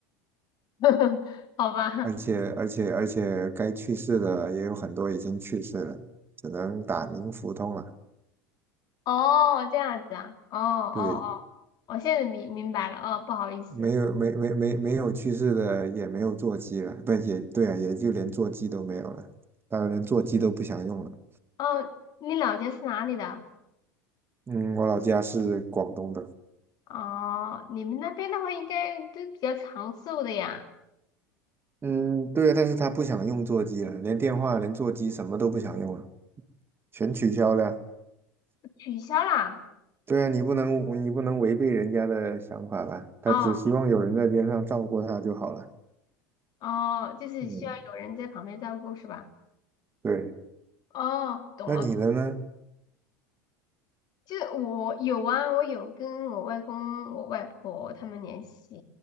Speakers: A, on the left (about 50°); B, on the right (about 25°).
A: <laughs> 好吧，
B: 而且，而且，而且，该去世的也有很多已经去世了，只能打鸣服通了。
A: 哦，这样子啊，哦哦哦，
B: 对，
A: 我现在明明白了，哦，不好意思，
B: 没有，没没没没有去世的，也没有座机了，不也对啊，也就连座机都没有了，当然连座机都不想用了。
A: 哦，你老家是哪里的？
B: 嗯，我老家是广东的。
A: 哦，你们那边的话应该都比较长寿的呀，
B: 嗯，对，但是他不想用座机了，连电话、连座机什么都不想用了。全取消了。
A: 取消啦？
B: 对啊，你不能你不能违背人家的想法吧？他只希望有人在边上照顾他就好了。
A: 哦哦，就是需要有人在旁边照顾是吧？
B: 嗯，对。
A: 哦，懂了，
B: 那你的呢？
A: 就是我有啊，我有跟我外公、我外婆他们联系，